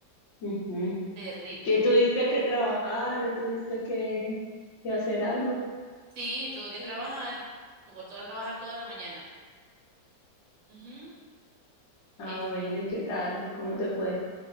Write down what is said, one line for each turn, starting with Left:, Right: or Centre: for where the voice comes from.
Left: Ujú.
Right: terrible.
Left: ¿Y tuviste que trabajar? ¿Hoy tuviste que, que hacer algo?
Right: Sí, tuve que
Left: Sí.
Right: trabajar, tuve que trabajar toda la mañana. Ujú.
Left: Ah,
Right: Es-
Left: bueno, ¿y qué tal? ¿Cómo te fue?